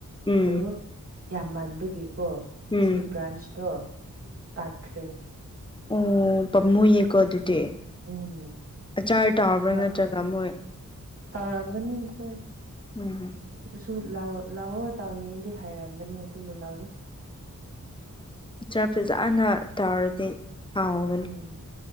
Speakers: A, on the left; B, on the right.
A: ꯎꯝ
B: ꯑꯗꯣ ꯌꯥꯝ ꯃꯟꯕꯒꯤ ꯀꯣ
A: ꯎꯝ
B: ꯁꯤ ꯕ꯭ꯔꯥꯟꯁꯇꯣ ꯇꯥꯠꯈ꯭ꯔꯦ
A: ꯎꯝ ꯄꯝꯃꯨꯌꯦꯀꯣ ꯑꯗꯨꯗꯤ
B: ꯎꯝ
A: ꯑꯆꯥꯔ ꯇꯥꯕ꯭ꯔꯥ
B: ꯑꯗꯣ
A: ꯅꯠꯇ꯭ꯔꯒ ꯃꯣꯏ
B: ꯇꯧꯔꯝꯒꯅꯤ ꯃꯈꯣꯏ
A: ꯎꯝ
B: ꯑꯗꯨ ꯂꯧꯑꯣ ꯂꯥꯛꯑꯣ ꯇꯥꯎꯅꯤꯡꯗꯤ ꯍꯥꯏꯔꯝꯕꯅꯦ ꯑꯗꯨꯕꯨ ꯂꯥꯎꯗꯦ
A: ꯑꯆ꯭ꯔ ꯐꯖꯅ ꯇꯧꯔꯗꯤ ꯍꯥꯎꯒꯅꯤ
B: ꯎꯝ